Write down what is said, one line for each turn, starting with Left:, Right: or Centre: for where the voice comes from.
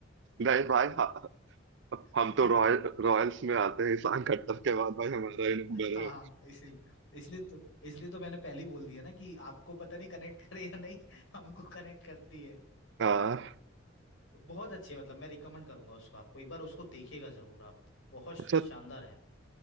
Right: नहीं भाई ह- हम
Left: <laughs>
Right: तो रॉयल रॉयल्स में आते हैं ईशान खट्टर के बाद भाई हमारा ही नंबर
Left: हाँ
Right: है
Left: हाँ इसलिए इसलिए तो इसलिए तो मैंने पहले ही बोल दिया ना कि आपको पता नहीं कनेक्ट करे या नहीं <laughs> हमको कनेक्ट करती है
Right: <laughs> हाँ
Left: बहुत अच्छी है मतलब मैं रिकमेंड करूंगा उसको आपको एक बार उसको देखिएगा जरूर आप बहुत शानदार
Right: अच्छा
Left: है